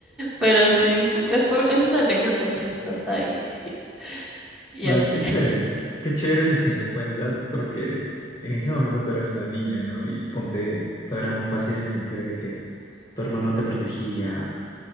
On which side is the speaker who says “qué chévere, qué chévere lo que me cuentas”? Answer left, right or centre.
Left